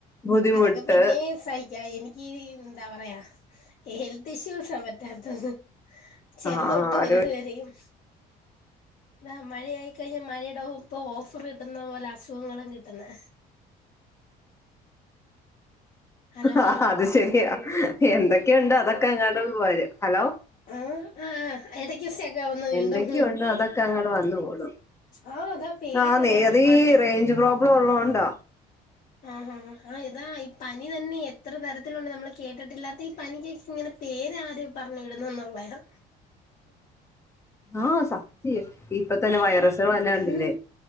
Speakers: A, on the left (about 15°); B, on the left (about 50°).
A: ബുദ്ധിമുട്ട്
B: അതൊക്കെ പിന്നെയും സഹി ക്കാം എനിക്കീ എന്താ പറയാ ഹെൽത്ത് ഇഷ്യൂസാ പറ്റാത്തത് ചെറുത്
A: ആ ആ
B: തൊട്ട്
A: ഒരു
B: വലുതു വരെയും ആഹ് മഴയായിക്കഴിഞ്ഞാൽ മഴടെ ഒപ്പം ഓഫർ കിട്ടുന്ന പോലെ അസുഖങ്ങളും കിട്ടുന്നെ ഹലോ ഹലോ
A: ആഹ് അത് ശരിയാ എന്തൊക്കെയുണ്ട് അതൊക്കെ അങ്ങോട്ടും വരും ഹലോ
B: ആഹ് ആഹ് എടയ്ക്ക് സ്‌റ്റ്ക്ക് ആകുന്നു വീണ്ടും
A: എന്തൊക്കെയുണ്ടോ അതൊക്കെ അങ്ങോട് വന്ന് കൂടും
B: ആ അതാ പേരറിയാതെ
A: ആന്നെ അതീ
B: പനി
A: റേഞ്ച് പ്രോബ്ലം ളം ഉള്ളോണ്ടാ
B: ആഹ് ആഹ് ആഹ് ഇതാ ഈ പനി തന്നെ എത്ര തരത്തിലുണ്ട് നമ്മള് കേട്ടിട്ടില്ലാത്ത ഈ പനിക്കൊക്കെ ഇങ്ങനെ പേര് ആര് പറഞ്ഞുവിടുന്ന എന്നൊള്ളയാ
A: ആഹ് സത്യം ഇപ്പൊ തന്നെ വൈറസുകൾ തന്നെ കണ്ടില്ലേ
B: ഉം